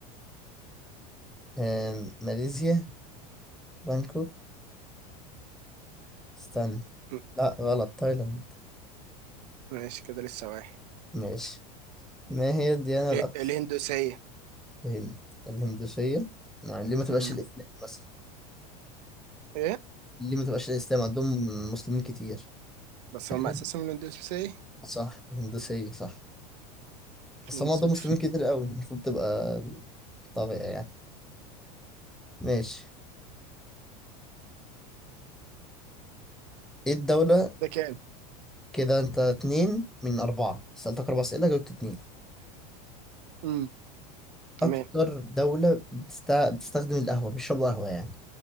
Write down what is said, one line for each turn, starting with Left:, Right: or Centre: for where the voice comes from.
Centre: آم، ماليزيا بانكوك استنى
Right: م-
Centre: لا غلط تايلاند
Right: ماشي كده لسه واحد
Centre: ماشي ما هي الديانة
Right: ال-
Centre: الأكثر
Right: الهندوسية
Centre: الهند الهندوسية ما ليه ما تبقاش
Right: مم.
Centre: الإسلام مثلا
Right: ايه
Centre: ليه ما تبقاش الإسلام عندهم مسلمين كتير
Right: بس هم
Centre: حلو.
Right: اساسا من الهندوسية
Centre: صح الهندوسية صح
Right: 2
Centre: بس هم
Right: 0
Centre: عندهم مسلمين كتير قوي المفروض تبقى طاغية يعني ماشي ايه الدولة
Right: ده كام
Centre: كده انت اتنين من أربعة سألتك أربع أسئلة جاوبت اتنين
Right: مم. تمام
Centre: أكتر دولة بتست... بتستخدم القهوة بيشربوا قهوة يعني